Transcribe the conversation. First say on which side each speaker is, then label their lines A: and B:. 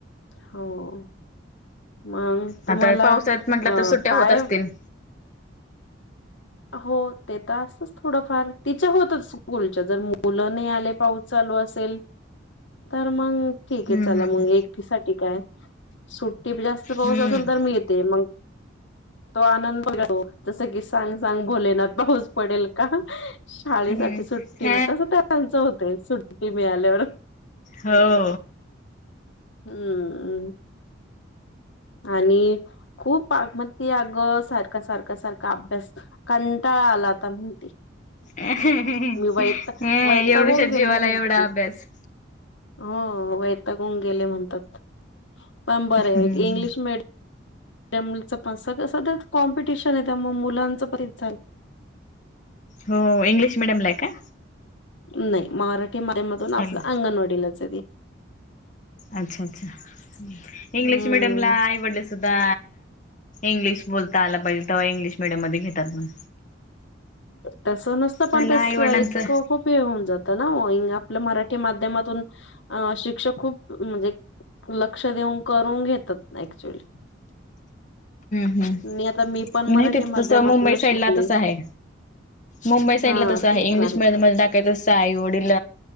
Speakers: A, on the left; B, on the left.
A: हो मग
B: आता
A: तुम्हाला
B: पावसात
A: अ
B: म्हटलं तर सुट्ट्या
A: काय
B: होत असतील
A: हो ते तर असतच थोडंफार तिच्या होतच कुलच्या जर मुलं नाही आले पाऊस चालू असेल तर मग ठीक
B: हम्म
A: आहे चला
B: हम्म
A: मग एकटी साठी काय सुट्टी जास्त पाऊस
B: हम्म
A: असेल तर मिळते मग तो आनंदो जस की सां चांग भोलेना पाऊस पडेल का शाळेसाठी
B: हम्म
A: सुट्टी मिळ तस त्यांच होते सुट्टी मिळाल्यावर
B: हो
A: हम्म आणि खूप मग ते अग सारख सारख सारखा अभ्यास कंटा आलाता म्हणती
B: हम्म
A: मी वैता
B: एवढुशा
A: वैतागून गेले
B: जीवाला
A: म्हणते
B: एवढा अभ्यास
A: हो वैतागून गेले म्हणतात पण बरय
B: हम्म
A: - <unintelligible> त्या मूलीच पण सगळं सधच कॉम्पिटिशन आहे त्यामुळे मुलांचं पण झालं
B: हो इंग्लिश मिडियमला आहे काय?
A: नाही माराठी माध्यमधून आपलं
B: हॅलो
A: अंगणवाडीलाच आहे ती
B: अच्छा अच्छा इंग्लिश
A: हम्म
B: मिडियम ला आई वडील सुद्धा इंग्लिश बोलता आला पाहिजे तेव्हा इंग्लिश मिडियम मध्ये घेतात म्हण
A: तस नसतं पण
B: पहिला
A: तेस
B: आई वडिलांचं
A: इतकं खूप होऊन जातं ना आपल्या मराठी माध्यमातून अ शिक्षक खूप म्हणजे लक्ष देऊन करून घेतात ना ऍक्च्युअली
B: ह
A: मी आता मी पण
B: नाही
A: मराठी
B: तिथे
A: माध्यमातूनच
B: तस मुंबई साईड
A: शिकले
B: ला तस हाय. मुंबई साईडला
A: हा
B: तसं आहे
A: ते
B: इंग्लिश
A: तर
B: मीडियम मध्ये टाकायचसं आहे वडील